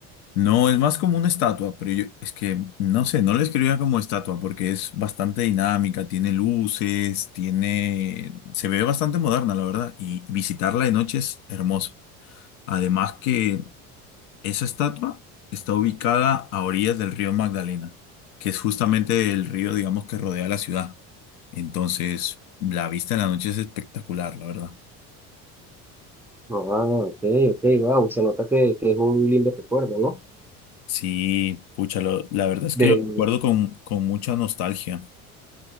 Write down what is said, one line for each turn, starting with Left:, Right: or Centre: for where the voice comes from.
Left: No, es más como una estatua, pero yo es que no sé, no la escribía como estatua porque es bastante dinámica, tiene luces, tiene, se ve bastante moderna, la verdad, y visitarla de noche es hermoso. Además que esa estatua está ubicada a orillas del río Magdalena, que es justamente el río, digamos, que rodea la ciudad. Entonces, la vista en la noche es espectacular, la verdad.
Centre: No, Ah, ok, ok, wow, se nota que, que es un lindo recuerdo, ¿no?
Left: Sí, pucha, lo- la verdad es
Centre: De,
Left: que lo recuerdo con, con mucha nostalgia.